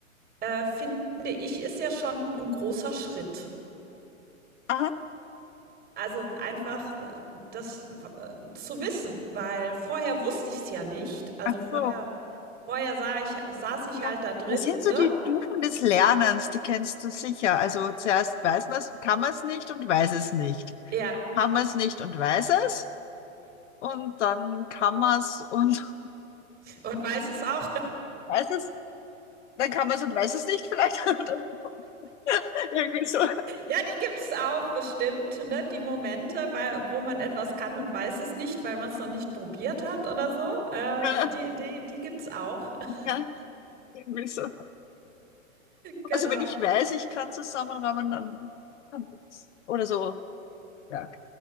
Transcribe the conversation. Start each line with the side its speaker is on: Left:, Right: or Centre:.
Right: äh, finde ich, ist ja schon ein großer Schritt.
Left: aha,
Right: Also, einfach, äh, das äh, zu wissen, weil vorher wusste ich es ja nicht. Also,
Left: ach
Right: vorher
Left: so,
Right: vorher sah ich saß ich
Left: ja.
Right: halt da drin,
Left: Das sind so
Right: ne?
Left: die Stufen des Lernens, die kennst du sicher. Also zuerst weiß man es, kann man es nicht und weiß es nicht.
Right: Ja,
Left: Kann man es nicht und weiß es und dann kann man es und
Right: und weiß es auch
Left: <laughs> weiß es Dann kann man es und weiß es nicht vielleicht. <laughs> irgendwie so.
Right: Ja, die gibt's auch bestimmt, ne? Die Momente, weil, wo man etwas kann und weiß es nicht, weil man es noch nicht probiert hat oder so. Äh,
Left: Ja,
Right: die, die, die gibt's auch. <laughs>
Left: ja, irgendwie so.
Right: Genau.
Left: Also wenn ich weiß, ich kann zusammenrahmen, dann kann ich es. Oder so. Ja.